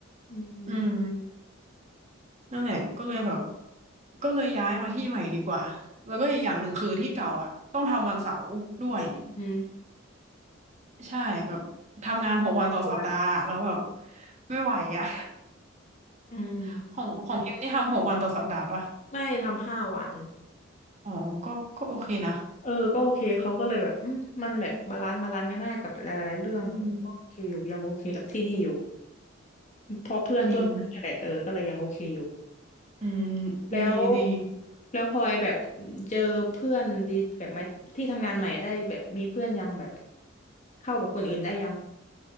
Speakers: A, on the left; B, on the right.
A: อืมอ
B: อืมนั่นแหละก็เลยแบบก็เลยย้ายมาที่ใหม่ดีกว่าแล้วก็อีกอย่างหนึ่งคือที่เก่าอ่ะต้องทำวันเสาร์ด้วย
A: ืมอืม
B: ใช่แบบทำงานหกวันต่อสัปดาห์แล้วแบบ
A: วัน
B: ไม่ไหวอ่ะ
A: อืม
B: <laughs> ของของพิมพ์นี่ทำหกวันต่อสัปดาห์ปะ
A: ไม่ทำห้าวัน
B: อ๋อก็ก็โอเคนะ
A: เออก็โอเคเขาก็เลยแบบอืมมันแบบบาลานซ์บาลานซ์กันได้กับหลายๆเรื่องก็โอเคอยู่ยังโอเคกับที่นี่อยู่
B: อืม
A: เพราะเพื่อนร่วมงานนั่นแหละเออก็เลยยังโอเคอยู่
B: จริงอืม
A: แล้ว
B: ดีดี
A: แล้วพลอยแบบเจอเพื่อนดีแบบไหมที่ทำงานใหม่ได้แบบมีเพื่อนยังแบบเข้ากับคนอื่นได้ยัง